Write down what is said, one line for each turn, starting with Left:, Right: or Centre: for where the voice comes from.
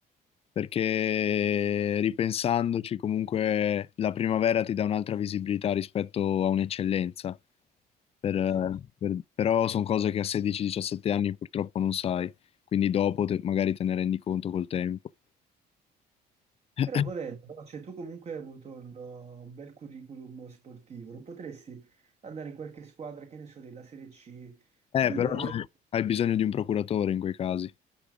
Left: perché ripensandoci comunque la primavera ti dà un'altra visibilità rispetto a un'eccellenza, Per-
Right: eh, certo.
Left: per- però sono cose che a 16-17 anni purtroppo non sai, quindi dopo te- magari te ne rendi conto col tempo. <coughs>
Right: Però volendo, no? Cioè, tu comunque hai avuto un, uh, un bel curriculum sportivo, non potresti andare in qualche squadra, che ne so, della Serie C,
Left: Eh,
Right: dire,
Left: però cioè, hai bisogno di un procuratore in quei casi.